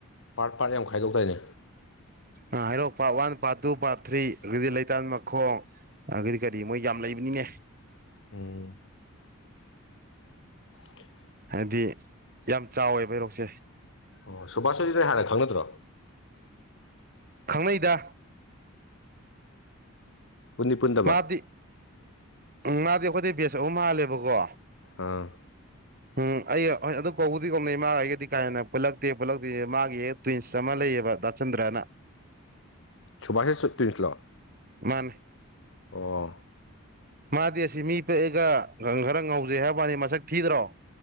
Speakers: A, on the left (about 60°); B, on the right (about 40°).
A: ꯄꯥꯔꯠ ꯄꯥꯔꯠ ꯌꯥꯝ ꯈꯥꯏꯗꯣꯛꯇꯥꯏꯅꯦ
B: ꯑ ꯍꯩꯔꯣꯛ part one part two part three ꯑꯗꯒꯤꯗꯤ ꯂꯩꯇꯥꯟꯃꯈꯣꯡ ꯑꯗꯒꯤ ꯀꯔꯤ ꯃꯣꯏ ꯌꯥꯝ ꯂꯩꯕꯅꯤꯅꯦ
A: ꯎꯝ ꯑ
B: ꯍꯥꯏꯗꯤ ꯌꯥꯝ ꯆꯥꯎꯋꯦꯕ ꯍꯩꯔꯣꯛꯁꯦ
A: ꯑꯣ ꯁꯨꯕꯥꯁꯍꯣꯏꯗꯤ ꯅꯣꯏ ꯍꯥꯟꯅ ꯈꯪꯅꯗꯔꯣ
B: ꯈꯪꯅꯩꯗ
A: ꯄꯨꯟꯗꯤ ꯄꯨꯟꯗꯕ
B: ꯃꯥꯗꯤ ꯎꯝ ꯃꯥꯗꯤ ꯑꯩꯈꯣꯏꯗꯩꯩ ꯕꯦꯁ ꯑꯍꯨꯝ ꯍꯥꯜꯂꯦꯕꯀꯣ
A: ꯑꯥ
B: ꯎꯝ ꯑꯩ ꯍꯣꯏ ꯑꯗꯨ ꯀꯧꯕꯨꯗꯤ ꯀꯧꯅꯩ ꯃꯥꯒ ꯑꯩꯒꯗꯤ ꯀꯥ ꯍꯦꯟꯅ ꯄꯨꯜꯂꯛꯇꯦ ꯄꯨꯜꯂꯛꯇꯦꯗꯤ ꯃꯥꯒꯤ ꯍꯦꯛ ꯇꯨꯏꯟꯁ ꯑꯃ ꯂꯩꯌꯦꯕ ꯗꯥꯆꯟꯗ꯭ꯔꯅ
A: ꯁꯨꯕꯥꯁ ꯍꯣꯏꯁꯦ ꯇꯨꯏꯟꯁꯂꯣ
B: ꯃꯥꯅꯤ
A: ꯑꯣ
B: ꯃꯥꯗꯤ ꯑꯁꯤ ꯃꯤ ꯄꯤꯛꯑꯒ ꯈꯔ ꯉꯧꯖꯩ ꯍꯥꯏꯕ ꯋꯥꯅꯤ ꯃꯁꯛ ꯊꯤꯗ꯭ꯔꯣ